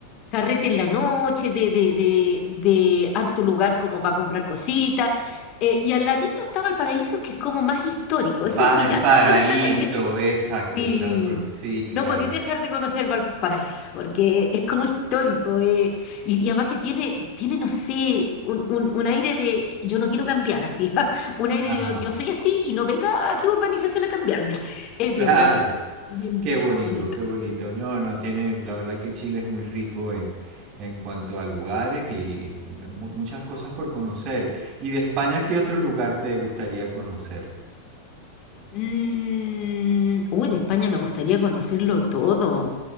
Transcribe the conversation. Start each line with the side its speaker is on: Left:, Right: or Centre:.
Left: carrete en la noche, de, de, de, de harto lugar como para comprar cositas. Eh, y al ladito estaba el paraíso, que es como más histórico. Ese,
Right: Valparaíso,
Left: si ya andas por acá también
Right: exacto,
Left: y
Right: estaba con... Sí, claro.
Left: no podéis dejar de conocer Valparaíso, porque es como histórico. eh, y, y además que tiene, tiene no sé, un, un, un aire de yo no quiero cambiar así. <laughs> Un aire
Right: Ajá,
Left: de yo, yo soy así y no venga aquí urbanización a cambiarme. Es
Right: claro.
Left: bien bonito, bien
Right: Qué bonito,
Left: bonito.
Right: qué bonito. No, no, tiene, la verdad que Chile es muy rico en, en cuanto a lugares y, y hay mu- muchas cosas por conocer. ¿Y de España qué otro lugar te gustaría conocer?
Left: Mm, uy, de España me gustaría conocerlo todo,